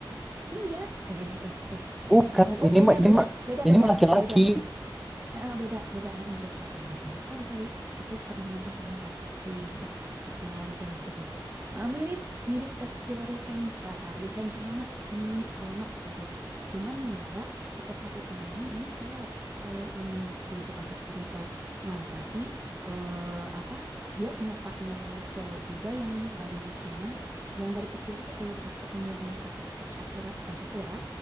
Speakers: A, on the right (about 25°); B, in the centre.
A: Iya. Eh eh eh, saya
B: bukan
A: saya seh. Oh
B: ini
A: beda
B: mah ini
A: beda,
B: mah
A: beda
B: ini
A: beda,
B: mah laki-laki
A: beda beda. Heeh, beda, beda, heeh, beda, beda, beda. Sorry, sorry. Aku pernah nonton sebentar si Tok- Tokyo Revenge itu. Eh, mirip, mirip Tokyo Revenge, eh, apa Revenge banget, mirip banget gitu. Cuman dia si tokoh utamanya ini cewek. Kalau ini si Tsubasa Chronicle. Nah, tapi eh, apa? Dia punya partner cowok juga yang dari Cina, yang dari kecil itu tuh pas ketemu di Cardcaptor Sakura, eh, Sakura